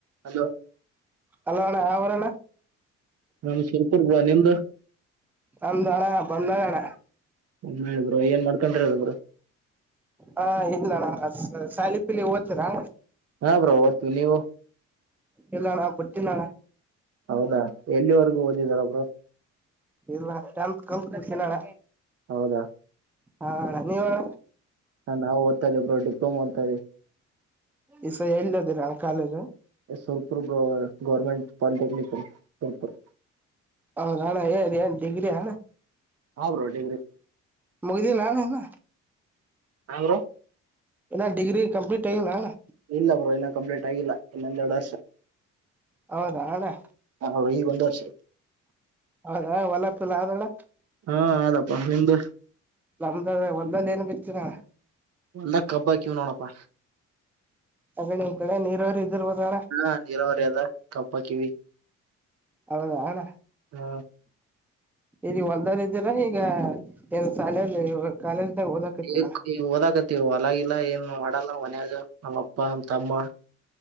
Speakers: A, on the right; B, in the centre.
A: Hello
B: hello ಅಣ್ಣ ಆಮರಣ
A: ನಮ ಶಿರಪುರಗ ನಿಮ್ದು
B: ಅಂದನಾ ಬಂದಳಣ
A: ಇಲ್ಲ ಬ್ರೋ ಏನ್ ಮಾಡ್ಕೊಂಡ್ರಿರಬ್ರ
B: ಹ ಇಲ್ಲಣ ಶಾಲಿ ಪಲಿ ಓತೀರಾ
A: ಹಾ ಬ್ರೋ ಒತು ನೀವು
B: ಇಲ್ಲನ ಬಿಟ್ಟಿಲನ
A: ಹೌದಾ ಎಲ್ಲಿವರೆಗೂ ಓದಿರೊಬ್ರು
B: ಇಲ್ಲ ಟೆಂತ್ ಕಲ್ಲ ಕಟ್ಟಿಸಿನ ಅನ
A: ಹೌದಾ.
B: ಹ ಅನಾ ನೀವನ
A: ನಾ ಓದ್ತ ಇದ್ದವ ಬ್ರೋ ಡಿಪ್ಲೋಮ ಓದತ ಇದವಿ.
B: ಈಸ ಎಲ್ಲದಿರ ಕಾಲೇಜು
A: ಸುರ್ಪುರ್ ಬ ಗೌರ್ಮೆಂಟ್ ಪಾಲಿಟೆಕ್ನಿಕ್ ಸುರ್ಪುರ್
B: ಹೌದಣ್ಣ ಏನ್ ಏನ್ ಡಿಗ್ರಿಯ
A: ಹಾ ಬ್ರೋ ಡಿಗ್ರಿ
B: ಮಗದಿಲ್ಲ ಅನಾ ಇನ
A: ಹ ಬ್ರೋ
B: ಇನ ಡಿಗ್ರಿ ಕಂಪ್ಲೀಟ್ ಆಗಿಲ್ಲ ಅನಾ
A: ಇಲ್ಲ ಬ್ರೋ ಇನ್ನ ಕಂಪ್ಲೀಟ್ ಆಗಿಲ್ಲ ಇನ್ನೊಂದೆರಡ ವರ್ಷ
B: ಹೌದಾ ಅನಾ
A: ಹ ಈಗ ಒಂದ ವರ್ಷ
B: ಆಗ ಹೊಲಪಲ್ಲ ಆದಳ
A: ಹಾ ಆದಪ್ಪಾ ನಿಮ್ದ
B: ನಮ್ದ ಒಂದಲ್ಲಿ ಏನ್ ಬಿತ್ತಲಾ
A: ಎಲ್ಲ ಕಬ್ಬ ಆಕಿವ ನೋಡಪ್ಪಾ
B: ಅಗ ನಿಮ್ಮ ಕಡೆ ನೀರವರೀ ಇದಿರ್ಬೋದನ
A: ಹಾ ನೀರಾವರಿ ಅದ ಕಬ್ಬ ಹಾಕಿವಿ.
B: ಹೌದಾ ಅಣ್ಣಾ.
A: ಹಾ
B: ಈರಿ ಹೊಲ್ದರ ಇದ್ದೀರಾ ಈಗ ಏನ್ ಸಾಲ್ಯಾಗ ಇವಾಗ್. ಕಾಲೇಜದಾಗ ಓದಾಕತ್ತಿರಾ.
A: ಈಗ ಈಗ ಓದಾಕತ್ತಿವಿ ಹೊಲಇಲ್ಲಾ ಏನು ಮಾಡಲ್ಲಾ ಮನ್ಯಾಗ ನಮ್ಮ ಅಪ್ಪ ನಮ್ಮ ತಮ್ಮ.